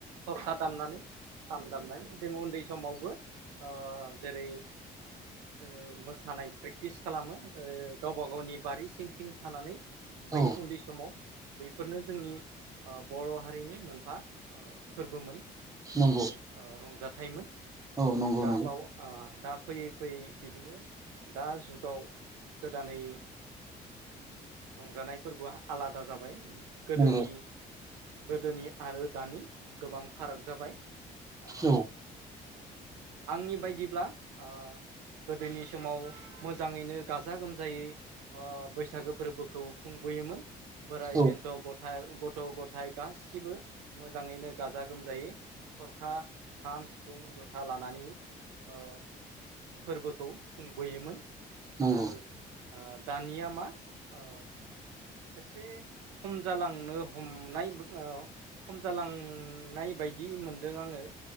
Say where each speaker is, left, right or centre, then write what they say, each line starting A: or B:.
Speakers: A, on the right; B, on the right.
A: थरसा दामनानै खाम दामनानै जोङो उन्दै समावबो ओ जेरै जोङो मोसानाय प्रेग टिस खालामो ओ गावबा गावनि बारि सिं सिं थानानै बै
B: औ
A: उन्दै समाव बैफोरनो जोंनि ओ बर' हारिनि मोनफा ओ फोरबोमोन। जोंनि
B: नंगौ
A: ओ रंजाथाइमोन
B: औ नंगौ
A: दा
B: नंगौ
A: बाव ओ दा फैयै फैयै बिदिनो दा जुगाव गोदानै रंजानाय फोरबोआ आलादा जाबाय। गोदोनि
B: नंगौ
A: गोदोनि आरो दानि गोबां फाराग जाबाय। ओ।
B: औ
A: आंनि बायदिब्ला ओ गोदोनि समाव मोजाङैनो गाजा गोमजायै ओ बैसागो फोरबोखौ खुंबोयोमोन। बोराइ
B: औ
A: बेन्थ' गथाय गथ' गथाय गासिबो मोजाङैनो गाजा गोमजायै थरखा, खाम, सिफुं, जथा लानानै ओ फोरबोखौ खुंबोयोमोन।
B: नंगौ
A: आरो ओ दानिया मा ओ एसे खम जालांनो हमनाय ओ खम जालांनाय बायदि मोनदों आङो।